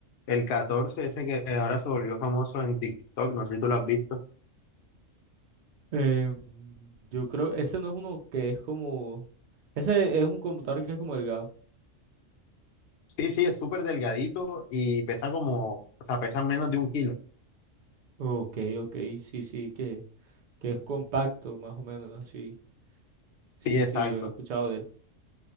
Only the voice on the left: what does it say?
el 14 ese que ahora se volvió famoso en TikTok, no sé si tú lo has visto.
Sí, sí, es súper delgadito y pesa como, o sea, pesa menos de un kilo.
Sí, exacto,